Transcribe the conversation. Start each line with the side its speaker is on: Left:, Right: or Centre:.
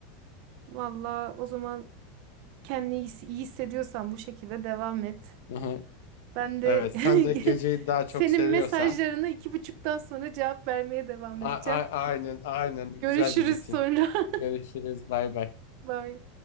Right: Valla o zaman kendini iyi iyi hissediyorsan bu şekilde devam et.
Left: Aha.
Right: Ben de
Left: Evet,
Right: <laughs>
Left: sen de geceyi daha çok
Right: senin
Left: seviyorsan
Right: mesajlarına iki buçuktan sonra cevap vermeye devam
Left: A-
Right: edeceğim.
Left: a- aynen aynen güzel
Right: Görüşürüz
Left: bir rutin.
Right: sonra.
Left: Görüşürüz bay bay.
Right: <laughs> Bye.